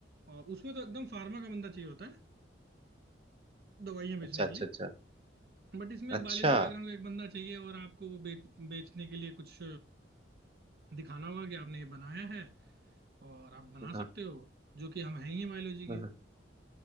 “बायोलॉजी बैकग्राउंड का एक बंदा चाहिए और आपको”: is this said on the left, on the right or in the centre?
Right